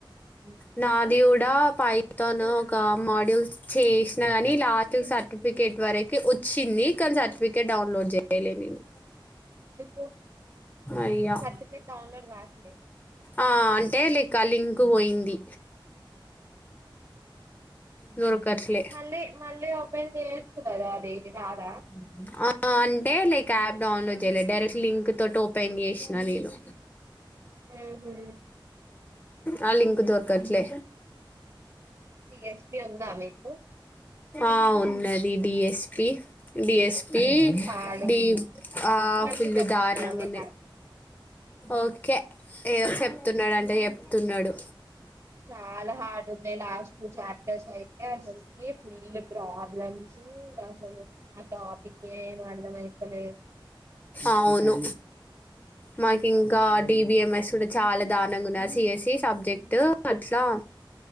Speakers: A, on the right; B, on the left.
A: ఉమ్.
B: నాది గుడ్ డా పైతాన్ ఒక మాడ్యూల్స్ చేసినా గని లాస్ట్ సర్టిఫికేట్ వరకి ఒచ్చింది కానీ సర్టిఫికేట్ డౌన్లోడ్ చేయలే నేను.
A: సర్టిఫికెట్
B: అయ్యా
A: సర్టిఫికెట్ డౌన్లోడ్ కాట్లే
B: ఆ అం టేలి కాలింగ్ పోయింది. ఓ దొర్కట్లే
A: మళ్ళీ మళ్ళీ ఓపెన్ చేయొచ్చు కదా అది రాదా
B: హ్మ్ హు ఆ అంటే లైక్ యాప్ డౌన్లోడ్ చేయ్యలే డైరెక్ట్ లింక్ తోటి ఓపెన్ చేసినా నేను
A: హ్మ్ హు
B: ఆ లింక్ దొర్కట్లే
A: డి ఎస్పి ఉందా మీకు?
B: ఆ ఉన్నది డిఎస్పీ డిఎస్పీ
A: హార్డ్
B: డి
A: ఉందా
B: ఆ
A: మంచిగ
B: ఫుల్
A: చెప్తున్నారా
B: దారుణంగా
A: మీ
B: ఉన్నయి.
A: ఫ్యాకల్టీ
B: ఓకే ఏదో చెప్తున్నాడంటే చెప్తున్నడు.
A: చాలా హార్డ్ ఉన్నాయి. లాస్ట్ చట్ ట్ అయితే అసల్కి ఫుల్ ప్రాబ్లమ్స్ అసలు ఆ టాపిక్ ఏ అర్థమైతలేద్
B: అవును మాకింక డీ బిఎంఎస్ గుడా చాలా దారుణంగా ఉన్నయి ఆ సిఎస్సి సబ్జెక్ట్ అట్లా